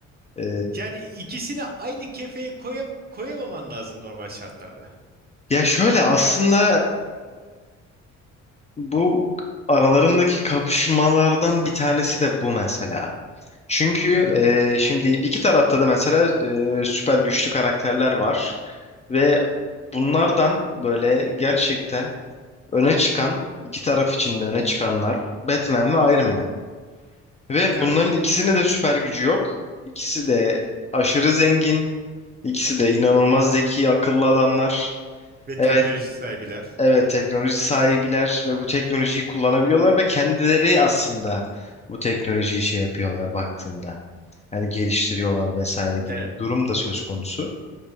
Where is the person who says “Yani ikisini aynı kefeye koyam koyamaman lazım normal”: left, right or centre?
Right